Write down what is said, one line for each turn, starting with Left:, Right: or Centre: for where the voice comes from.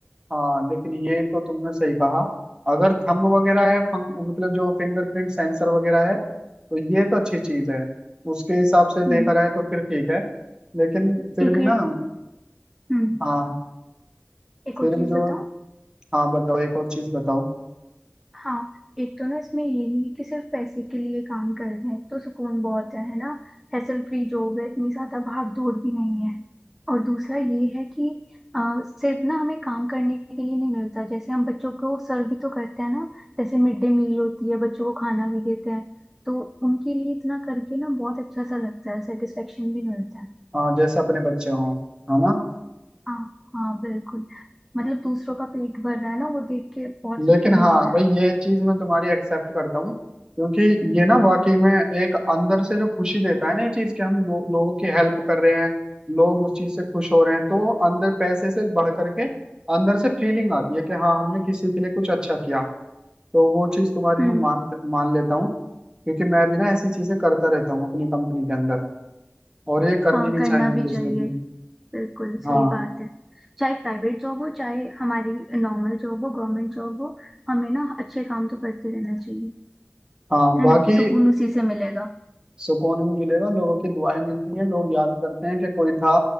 Right: हाँ लेकिन ये तो तुमने सही कहा अगर थंब वगैरह है फंग, मतलब जो फिंगरप्रिंट सेंसर वगैरह है तो ये तो अच्छी चीज है उसके हिसाब से देखा
Centre: हम्म
Right: जाए तो फिर ठीक है लेकिन फिर
Centre: एक
Right: भी
Centre: ये
Right: ना
Centre: हम्म
Right: हाँ
Centre: एक
Right: फिर
Centre: और चीज
Right: भी जो
Centre: बताओ
Right: हाँ बताओ एक और चीज बताओ
Centre: हाँ एक तो ना इसमें ये नहीं है कि सिर्फ पैसे के लिए काम कर रहे हैं तो सुकून बहुत है है ना हैसल फ्री जॉब है इतनी ज्यादा भाग दौड़ भी नहीं है और दूसरा ये है कि आ, सिर्फ ना हमें काम करने के लिए नहीं मिलता जैसे हम बच्चों को सर्व भी तो करते हैं ना जैसे मिड डे मील होती है बच्चों को खाना भी देते हैं तो उनके लिए इतना करके ना बहुत अच्छा सा लगता है सेटिस्फेक्शन भी मिलता है
Right: हाँ जैसे अपने बच्चे हों है ना
Centre: हाँ हाँ बिल्कुल मतलब दूसरों का पेट भर रहा है ना वो देख के बहुत
Right: लेकिन
Centre: सुकून
Right: हाँ
Centre: मिलता
Right: भाई
Centre: है
Right: ये चीज मैं तुम्हारी एक्सेप्ट करता हूँ क्योंकि ये ना वाकई में एक अंदर से जो खुशी देता है ना ये चीज कि हम लो, लोगों की हेल्प कर रहे हैं लोग उस चीज से खुश हो रहे हैं तो अंदर पैसे से बढ़ करके अंदर से फीलिंग आती है कि हाँ हमने किसी के लिए कुछ अच्छा किया तो वो चीज तुम्हारी
Centre: हम्म
Right: मैं मान मान लेता हूँ क्योंकि मैं भी ना ऐसी चीजें करता रहता हूँ अपनी कंपनी के अंदर और ये करनी
Centre: हाँ
Right: भी
Centre: करना
Right: चाहिए
Centre: भी
Right: एक दूसरे
Centre: चाहिए
Right: की
Centre: बिल्कुल
Right: हाँ
Centre: सही बात है चाहे प्राइवेट जॉब हो चाहे हमारी नॉर्मल जॉब हो गवर्नमेंट जॉब हो हमें ना अच्छे काम तो करते रहना चाहिए
Right: हाँ
Centre: है
Right: बाकी
Centre: ना सुकून उसी से मिलेगा
Right: सुकून भी मिलेगा लोगों की दुआएं मिलती हैं लोग याद करते हैं कि कोई था